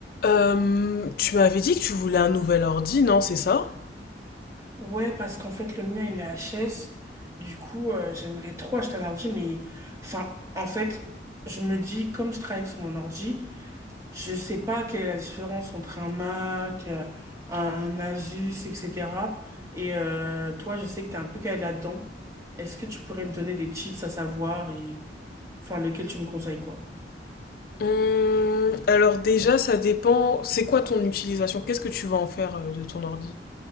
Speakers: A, on the left (about 55°); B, on the right (about 15°).
A: Euh, tu m'avais dit que tu voulais un nouvel ordi, non, c'est ça?
B: Ouais, parce qu'en fait, le mien, il est HS. Du coup, euh, j'aimerais trop acheter un ordi, mais enfin, en fait, je me dis, comme je travaille sur mon ordi, je sais pas quelle est la différence entre un Mac, euh, un, un Asus, etc. Et euh, toi, je sais que t'es un peu calé là-dedans. Est-ce que tu pourrais me donner des tips à savoir et enfin lesquels tu me conseilles quoi?
A: Hum, alors déjà, ça dépend. C'est quoi ton utilisation? Qu'est-ce que tu vas en faire euh, de ton ordi?